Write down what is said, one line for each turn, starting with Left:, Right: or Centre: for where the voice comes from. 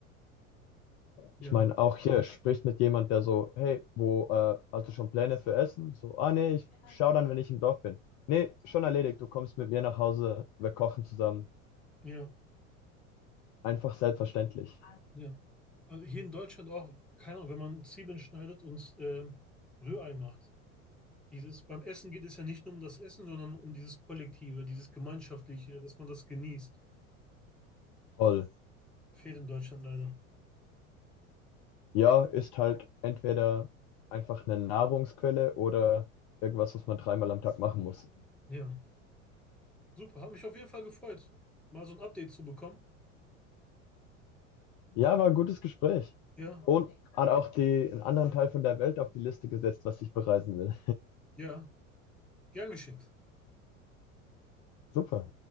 Centre: Ja,
Left: Ich meine, auch hier sprichst mit jemand, der so, hey, wo, äh, hast du schon Pläne für Essen? So, ah nee, ich schau dann, wenn ich im Dorf bin. Nee, schon erledigt. Du kommst mit mir nach Hause, wir kochen zusammen.
Centre: ja,
Left: Einfach selbstverständlich.
Centre: ja. Also hier in Deutschland auch, keine Ahnung, wenn man Zwiebeln schneidet und ähm, Rührei macht. Dieses, beim Essen geht es ja nicht nur um das Essen, sondern um dieses Kollektive, dieses Gemeinschaftliche, dass man das genießt.
Left: Voll.
Centre: Fehlt in Deutschland leider.
Left: Ja, ist halt entweder einfach eine Nahrungsquelle oder irgendwas, was man dreimal am Tag machen muss.
Centre: Ja. Super, hat mich auf jeden Fall gefreut, mal so ein Update zu bekommen.
Left: Ja, war ein gutes Gespräch.
Centre: Ja,
Left: Und hat auch die, einen anderen Teil von der Welt auf die Liste gesetzt, was ich bereisen will.
Centre: ja, gern geschehen.
Left: Super.